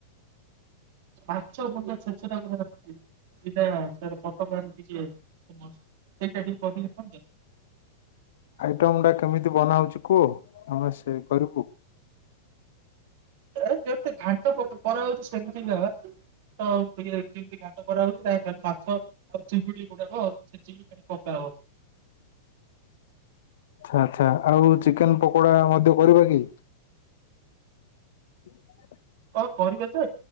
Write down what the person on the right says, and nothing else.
ମାଛ ମୁଣ୍ଡ ଛେଚେଡା <inaudible> ସେଇଟା କଟଗ ଟିକେ ସେଇଟାିକ କରିଦ
ଏ ଯେମିତି ଘାଣ୍ଟ କରାହାଉଛି ସେମିତି <inaudible> ତ ଯେମିତି ଘାଣ୍ଟ କରାହଉଛି ତା ମାଛ ଆଉ ଚିପୁଡି <inaudible> ଛେଚିକି ପକା ହବ
ହଁ କରିବା ଯେ